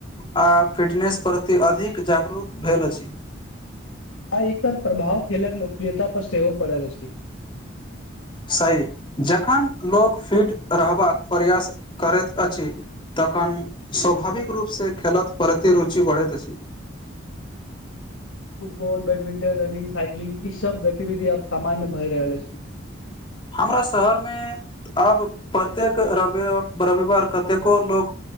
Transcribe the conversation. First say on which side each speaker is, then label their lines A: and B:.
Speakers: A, on the left; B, on the left.
A: आ फिटनेस प्रति अधिक जागरूक भेल अछि
B: आय एकर प्रभाव खेलक लोकप्रियता पर सेहो पड़ल अछि
A: सही जखन लोक फिट रहबाक प्रयास करैत अछि तखन स्वाभाविक रूपसँ खेलत परति रुचि बढ़ैत अछि
B: फुटबॉल बैडमिंटन रनिंग साइकिलिंग ई सब गतिविधि अब सामान्य भए रहल अछि
A: हमरा शहरमे अब प्रत्येक रवि रविवार कतेको लोक